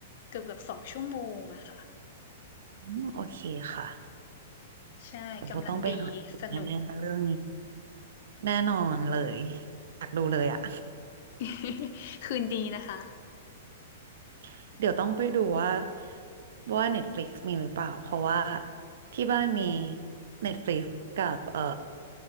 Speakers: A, on the left (about 50°); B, on the right (about 60°).
A: เกือบเกือบสองชั่วโมงอะค่ะ
B: อืมโอเคค่ะ
A: ใช่กำลังดีสนุก
B: เดี๋ยวโบต้องไปหาดูแน่ๆเรื่องนี้แน่นอนเลยอยากดูเลยอ่ะ
A: <laughs> คืนดีนะคะ
B: <laughs> เดี๋ยวต้องไปดูว่าว่า Netflix มีหรือเปล่าเพราะว่าที่บ้านมี Netflix กับเอ่อ